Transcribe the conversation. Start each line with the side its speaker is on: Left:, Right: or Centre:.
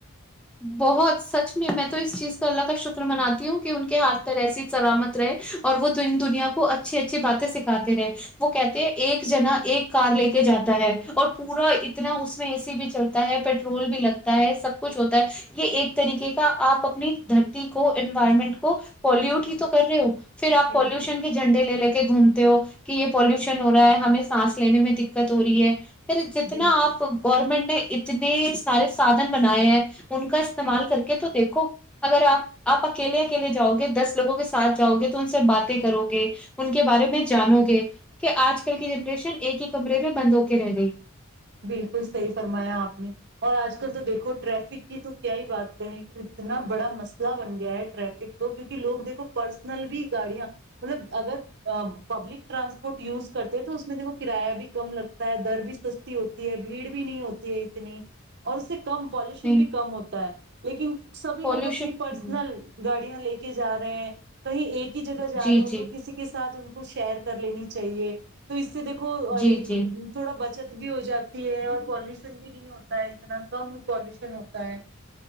Centre: بہت سچ میں میں تو اس چیز کو اللہ کا شکر مناتی ہوں کہ ان کے ہاتھ پ ایسی سلامت رہے اور وہ دنیا کو اچھی اچھی باتیں سکھاتے رہے وہ کہتے ہیں ایک جنا ایک کار لے کے جاتا ہے اور پورا اتنا اس میں اے سی بھی چلتا ہے پیٹرول بھی لگتا ہے سب کچھ ہوتا یہ ایک طریقے کا آپ اپنی دھرتی کو انوائرمنٹ کو پالوٹ ہی تو کر رہے ہو پھر آ
Right: بالکل
Centre: پالیوشن کے جھنے لگے گھومتے ہو کہ یہ پالوشن ہو رہا ہے ہمیں سانس لینے میں دقت ہو رہی ہے پھر جتنا
Right: بالکل
Centre: آپ گورنمنٹ ہے ج نے سارے سادھن بنائے ہیں ان کا استعمال کر کے تو دیکھو اگر آپ آپ اکیلے اکیلے جاؤ گے دس لوگوں کے ساتھ جاؤ گے تو ان سے باتیں کرو گے ان کے بارے میں جانو گے کہ آج کل کی جنریشن ایک ہی کمرے میں بند ہو کے رہ گئی
Right: بالکل صحیح فرمایا آپ نے اور آج کل تو دیکھو ٹریفک کی تو کیا ہی بات کریں اتنا بڑا مسئلہ بن گیا ہے ٹریفک کو کیونکہ لوگ دیکھو پرسنل بھی گاڑیاں مطلب اگر پبلک ٹرانسپورٹ یز کرتے تو اس میں دیکو کرایہ بھی کم لگتا ہے در بھی سستا ہوتی ہے بھیڑ بھی نہیں ہوتی ہے اتنی اور اس سے کم پالوشن
Centre: نہیں
Right: بھی کم ہوتا ہے لیکن سبھی
Centre: پالوشن
Right: لوگ اپنی پرسنل گاڑیاں لے کے جا رہے ہیں کہیں ایک ہی جگہ جا
Centre: جی
Right: رہے ہو
Centre: جی
Right: تو کسی کے سھ ان کو شیئر کر لینی چاہیے تو اس سے دیکھو
Centre: جی جی
Right: تھوڑا ب بھی ہو جاتی ہے اور پالوشن بھی نہیں ہوتا ہے اتنا کم پالوشن ہوتا ہے